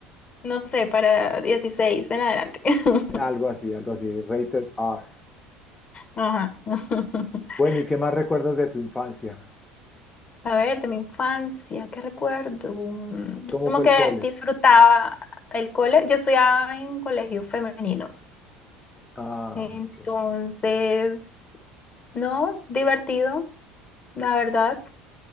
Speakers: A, on the left; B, on the left.
A: no sé, para 16 en adelante. <laughs>
B: algo así, algo así, rated R.
A: Ajá. <laughs>
B: Bueno, ¿y qué más recuerdas de tu infancia?
A: A ver, de mi infancia, ¿qué recuerdo? Mm,
B: ¿Cómo
A: Como
B: fue
A: que
B: el cole?
A: disfrutaba el cole. Yo estudiaba en colegio femenino,
B: Ah,
A: entonces,
B: ok.
A: no, divertido, la verdad.